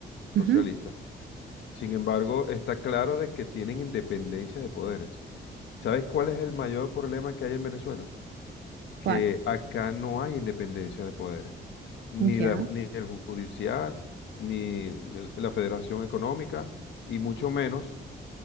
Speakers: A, on the left; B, on the right.
A: socialista.
B: ujú.
A: Sin embargo, está claro de que tienen independencia de poderes. ¿Sabes cuál es el mayor problema que hay en Venezuela? que
B: ¿Cuál?
A: acá no hay independencia de poderes, ni,
B: Ya,
A: la ni el judicial, ni el- la Federación Económica, y mucho menos